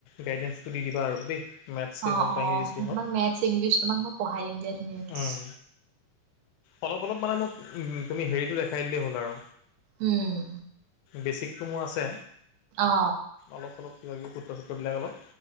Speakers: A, on the left (about 80°); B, on the right (about 80°).
A: গাইডেন্ঞ্চটো দি দিবা আৰু দেই! মেথছেই
B: অঁ,
A: হওক বা
B: অঁ,
A: ইংলিছেই
B: তোমাক
A: হওক
B: মেথছ ইংলিছ তোমাক মই পঢ়াই দিম দিয়া ধুনীয়াকে!
A: উম, অলপ অলপ মানে মোক তুমি হেৰিটো দেখাই দিলেই হ'ল আৰু
B: উম
A: বেছিক, তটো মোৰ আছে
B: অ
A: অলপ চলপ কিবা কিবি সূত্ৰসূত্ৰবিলাক অলপ,